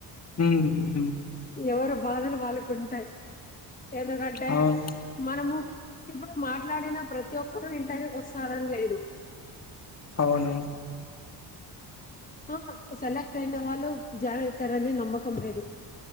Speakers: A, on the left (about 35°); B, on the left (about 20°).
A: ఉమ్
B: ఎవరు బాధలు వాళకుంటాయి ఎందుకంటే
A: అవును
B: మనము ఇప్పుడు మా ట్లాడిన ప్రతి ఒక్కడూ ఇంటర్వ్యూ కి వస్తారని లేదు
A: అవును
B: ఆ సేల ఆ అయిన వాళ్ళు జాయిన్ అవుతారని నమ్మకం లేదు.